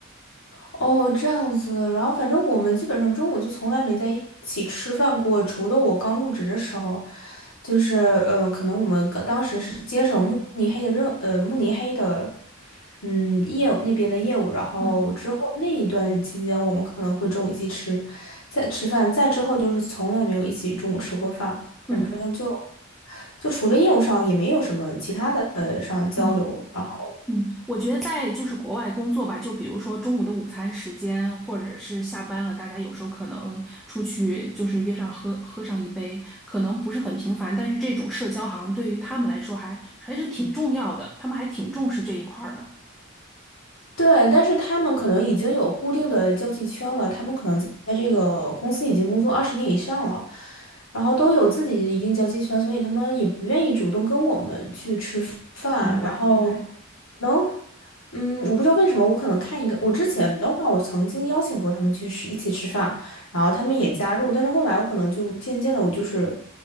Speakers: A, on the left (about 75°); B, in the centre.
A: 哦，这样子，然后反正我们基本上中午就从来没在一起吃饭过，除了我刚入职的时候，就是呃，可能我们刚当时是接手慕尼黑的任呃慕尼黑的嗯业务那边的业务，然后之后那一段期间我们可能会中午一起吃，
B: 嗯
A: 在吃饭，再之后就是从来没有一起中午吃过饭，反正就
B: 嗯
A: 就除了业务上也没有什么其他的呃上交流，
B: 嗯，
A: 然后。
B: 嗯，我觉得在就是国外工作吧，就比如说中午的午餐时间，或者是下班了，大家有时候可能出去就是约上喝喝上一杯，可能不是很频繁，但是这种社交好像对于他们来说还还是挺重要的，他们还挺重视这一块儿的。
A: 对，但是他们可能已经有固定的交际圈了，他们可能在在这个公司已经工作二十年以上了，然后都有自己的一定交际圈，所以他们也不愿意主动跟我们去吃饭，
B: 明白，
A: 然后
B: 明白。
A: 能，嗯，我不知道为什么，我可能看一个，我之前的话，我曾经邀请过他们去吃一起吃饭，然后他们也加入，但是后来我可能就渐渐的，我就是，